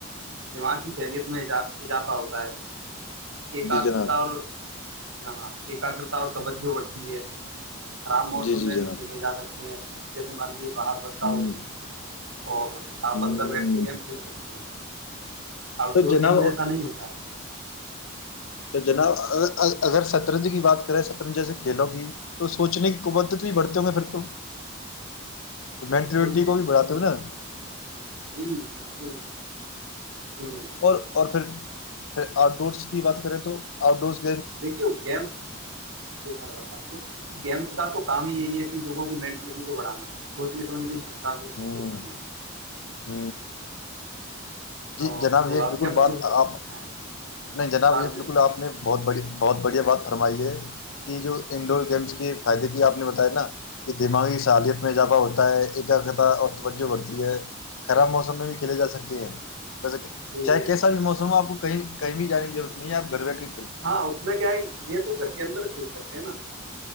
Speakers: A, on the right; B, on the left.
A: دماغ کی شہلیت میں اضافہ ہوتا ہے ایکاگرتا
B: جی جناب
A: اور ہاں ہاں ایکاگگرتا اور توجہ بڑھتی ہے خراب موسم
B: جی جی
A: میں
B: جناب
A: بھی کھیلے جا سکتے ہیں جیسے مان لیجے باہر برسہ
B: ہوں
A: ہو رہی ہے اور آپ
B: ہوں
A: اندر بیٹھ کے گیم کھیل سکتے ہیں آؤٹ
B: تو
A: ڈور
B: جناب
A: گیم میں ایسا نہیں ہوتا ہے
B: تو جناب اگر سطرنج کی بات کریں سترنج جیسے کھیلوں کی تو سوچنے کی قبدت بھی بڑھتے ہوں گے پھر تو
A: جی
B: مینٹلٹی
A: بالکل بالکل
B: کو بھی بڑھاتے
A: کیوں
B: ہو
A: نہیں
B: نا
A: جی بالکل کیوں نہیں
B: اور اور پھر پھر آؤٹ ڈورس بات کریں تو آؤٹ ڈورس کی
A: دیکھیو گیمس ڈ میں بتاؤں گا آپ کو کہ گیمس کا تو کام ہی یہی ہے کہوگوں کی مینٹلٹی کو بڑھانا سوچنے سمجھنے تاب کو
B: ہ
A: گکست کرنا
B: ہ جی
A: اور
B: جناب
A: تو
B: یہ
A: آپ
B: بالکل
A: کیا پوچھ
B: بات
A: رہے تھے
B: عام ہے
A: ہاں
B: نہیں جناب
A: بازی
B: یہ بالکل آپ نے بہت بڑی بہت بڑھیا بات فرمائیے کہ جو انڈور گیمس کے فائدے کی آپ نے بت نا کہ دماغی ست میں اضافہ ہوتا ہے ایکتا اور توجہ بڑھتی ہے خراب موسم میں بھی کھیلے جا سکتے ہیں ویسے
A: جی
B: چاہے
A: بالکل
B: کیسا بھی موسم ہو آپ کو کہیں بھی جان کیضرورت نہیں آپھر بیٹے
A: ہاں اس میں کیا ہے یہ تو گھر کے اندر کھیل سکتے ہیں نا